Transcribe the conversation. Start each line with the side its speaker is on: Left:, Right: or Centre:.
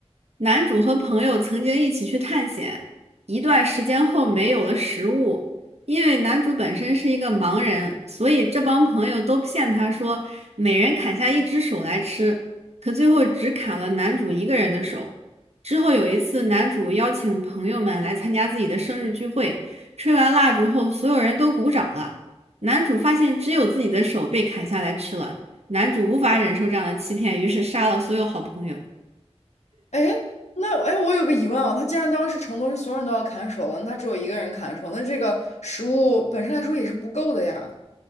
Right: 男主和朋友曾经一起去探险，一段时间后没有了食物，因为男主本身是一个盲人，所以这帮朋友都骗他说每人砍下一只手来吃，可最后只砍了男主一个人的手。之后有一次，男主邀请朋友们来参加自己的生日聚会，吹完蜡烛后，所有人都鼓掌了。男主发现只有自己的手被砍下来吃了，男主无法忍受这样的欺骗，于是杀了所有好朋友。
Left: 哎，那哎，诶我有个疑问啊，他既然当时承诺是所有人都要砍手了，那他只有一个人砍手，那这个食物本身来说也是不够的呀。